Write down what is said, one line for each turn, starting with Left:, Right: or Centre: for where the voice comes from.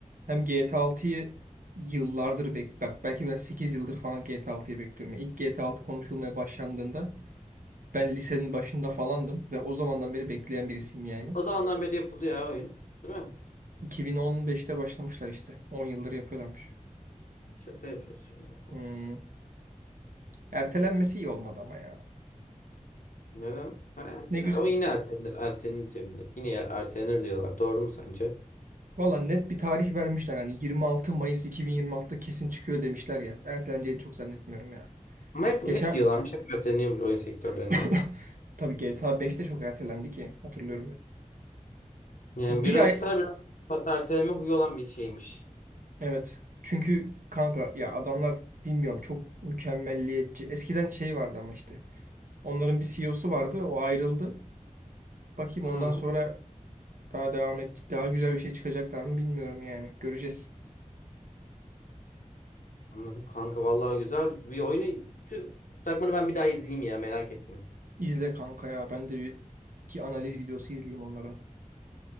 Right: Hem GTA 6'yı yıllardır bek bak belki ben 8 yıldır falan GTA 6'yı bekliyorum. Yani İlk GTA 6 konuşulmaya başlandığında ben lisenin başında falandım ve o zamandan beri bekleyen birisiyim yani.
Left: O zamandan beri yapıldı ya oyun. Değil mi?
Right: 2015'te başlamışlar işte. on yıldır yapıyorlarmış.
Left: Şaka yapıyorsun ya. oha.
Right: Hmm. Ertelenmesi iyi olmadı ama ya.
Left: Neden? Ha, ertelenir.
Right: Ne güzel.
Left: O yine ertelenir. Ertelenir Cemile. Yine yer- ertelenir diyorlar. Doğru mu sence?
Right: Valla net bir tarih vermişler. Hani 26 Mayıs 2026'da kesin çıkıyor demişler ya. Erteleneceğini çok zannetmiyorum ya.
Left: Ama hep,
Right: Geçen
Left: hep diyorlarmış. Hep erteleniyormuş oyun sektörlerinde.
Right: <laughs> tabii GTA 5 de çok ertelendi ki hatırlıyorum ben.
Left: Yani
Right: Bir,
Left: bir
Right: bir
Left: rockstar
Right: ay
Left: biraz bak, erteleme huyu olan bir şeymiş.
Right: evet. Çünkü kanka ya adamlar bilmiyorum çok mükemmelliyetçi. Eskiden şey vardı ama işte. Onların bir CEO'su vardı. O ayrıldı. Bakayım
Left: Hı,
Right: ondan sonra daha devam et daha güzel bir şey çıkacaklar mı bilmiyorum yani. Göreceğiz.
Left: anladım kanka. Vallahi güzel bir oyunu. Şu fragmanı ben bir daha izleyeyim ya. Merak ettim.
Right: İzle kanka ya. Ben de bir ki analiz videosu izleyeyim onlara.